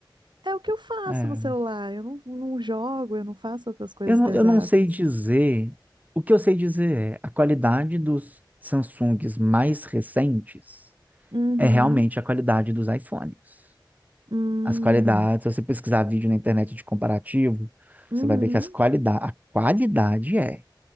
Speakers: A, on the right; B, on the right.
A: É o que eu faço
B: É.
A: no celular, eu não, não jogo, eu não faço outras coisas
B: Eu não,
A: pesadas.
B: eu não sei dizer. O que eu sei dizer é a qualidade dos Samsungs mais recentes
A: Uhum,
B: é realmente a qualidade dos iPhones.
A: hum,
B: As qualidades, se você pesquisar vídeo na internet de comparativo,
A: uhum,
B: você vai ver que as qualidade, a qualidade é.